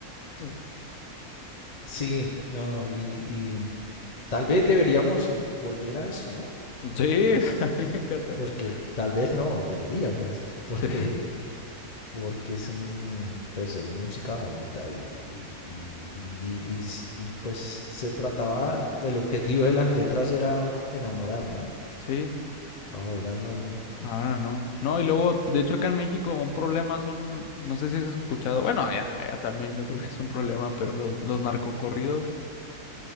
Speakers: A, on the left; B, on the left.
A: Mm.
B: Sí, no, y, y tal vez deberíamos volver a eso, ¿no?
A: Sí,
B: Pues,
A: <laughs> a mí me encantaría.
B: porque tal vez no, deberíamos, <laughs> porque,
A: Sí,
B: porque es, un- pues, es música bonita y, y, y, y- y s- y, pues se trataba, el objetivo de las letras era enamorar, ¿no?
A: sí.
B: Ahora no,
A: Ahora no. No, y luego, de hecho, acá en México un problema son, no sé si has escuchado, bueno, allá, allá también yo creo que es un problema, pero los, los narcocorridos,